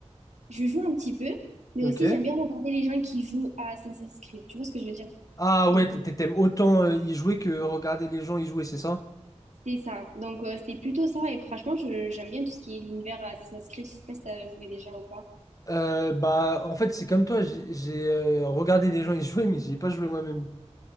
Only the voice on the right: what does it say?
je joue un petit peu, mais
aussi, j'aime bien regarder les gens qui jouent à Assassin's Creed. Tu vois ce que je veux dire?
Donc,
euh,
c'est ça. Donc, euh, c'était plutôt ça, et franchement, je- j'aime bien tout ce qui est l'univers Assassin's Creed. Je sais pas si t'as joué déjà ou pas.